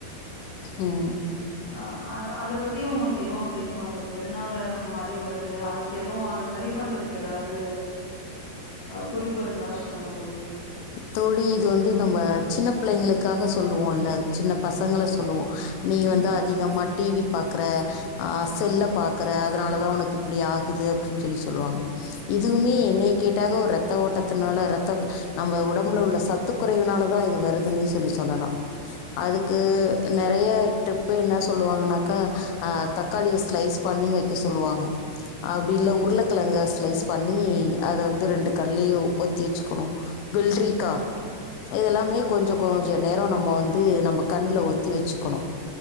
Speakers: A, on the left; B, on the left.
A: ம்
B: ஆ அத அத பத்தி உங்ளுக் எது தெரியுமா தோழி எதனால அந்த மாரி வருது அதுக் எது அத சரி பண்றதுக்கு எதாது குறிப்பிருந்தா சொல்லுங்க தோழி
A: தோழி இது வந்து நம்ம சின்ன பிள்ளைங்ளுக்காக சொல்லுவோல்ல சின்ன பசங்கள சொல்லுவோ நீ
B: ம்
A: வந்து அதிகமா டி வி பாக்ற ஆ
B: ம்
A: செல்ல பாக் கற அதனால தா உனக்கு இப்பிடி ஆகுது அப்டின் சொல்லி சொல்லுவாங்க இதுவுமே
B: ம்
A: என்னய கேட்டாக்க ஒரு ரத் த ஓட்டத்தினால ரத்த நம்ம ஒடம்புல உள்ள சத்து கொறைவுனாலதா இது வருதுனே சொல்லி சொல்லலா
B: ம்
A: அதுக்கு நறைய ட்ரிப்பு என்ன சொல்லுவாங்கனா க்கா ஆ
B: ம்
A: தக்காளிய ஸ்லைஸ் பண்ணி வக்க சொல்லுவாங்க அப்டி இல்ல உருளக்கெழங்க ஸ்லைஸ் பண்ணி அத வந்து ரெண்டு கண்லயு ஒத்தி வச்சுக்ணு விள்ரிக்கா இதெல்லாமே கொஞ்சோ கொஞ்சோ நேரோ நம்மோ வந்து நம்மோ கண்ணுல ஒத்தி வெச்சுக்கணு